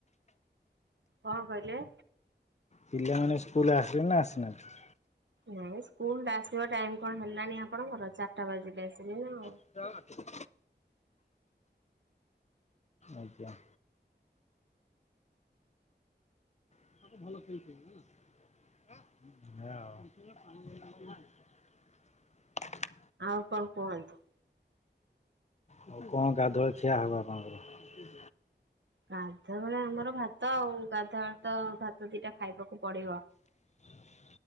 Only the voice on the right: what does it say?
କଣ କହିଲେ?
ନାଇଁ ସ୍କୁଲ ଆସିବା ଟାଇମ କଣ ହେଲାଣିି ଆପଣଙ୍କର ଚାରିଟା ବାଜିଲେ ଆସିବ ନା ଆଉ।
ଆଉ କଣ କୁହନ୍ତୁ।
ଗାଧୁଆ ବେଳେ ଆମର ଭାତ ଆଉ, ଗାଧୁଆବେଳେ ତ ଭାତ ଦିଟା ଖାଇବାକୁ ପଡିବ।